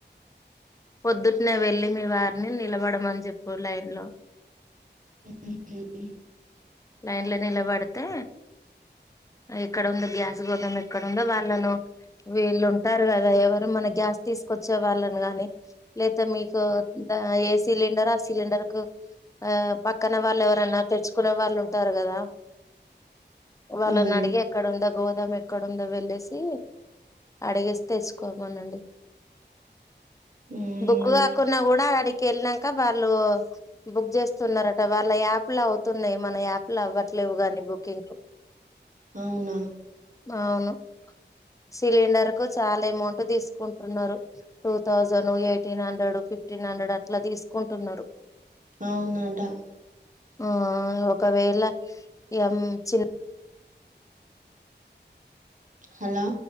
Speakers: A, on the left; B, on the right.
A: పొద్దుటినే వెళ్ళి మీ వారిని నిలబడమని చెప్పు లైన్ లో
B: <inaudible>
A: లైన్ లో నిలబడితే ఎక్కడందో గ్యాస్ గోదం ఎక్కడందో వాళ్ళను వీళ్ళు ఉంటారు కదా ఎవరు మన గ్యాస్ తీసుకొచ్చే వాళ్ళను గాని లేతే మీకు ఆ ఏ సిలిండర్ ఆ సిలిండర్ కు ఆ పక్కన వాళ్ళు ఎవరన్నా తెచ్చుకునే వాళ్ళు స్థారు కదా వాళ్ళని
B: ఉమ్
A: అడిగి ఎక్కడ ఉందో గోదామ ఎక్కడుందో వెళ్లేసి అడిగేస్త తెసుకోమనండి
B: ఉమ్
A: బుక్కు కాకున్నా కూడా అడి కెల్నాక వాళ్ళు బుక్ చేస్తున్నారట వాళ్ళ యాప్లు అవుతున్నాయి మన యాప్ అవ్వట్లేవుగా నీ బుకింగ్
B: అవునా
A: అవును సిలిండర్ కు చాలా అమౌంట్ తీసుకు కుంటున్నారు టూ థౌజండ్ ఎయిటీన్ హండ్రెడ్ ఫిఫ్ ఫిఫ్టీన్ హండ్రెడ్ అట్లా తీసుకుంటున్నారు
B: అవునట
A: ఆ ఒక ఒకవేళ ఏం చిన్న
B: హలో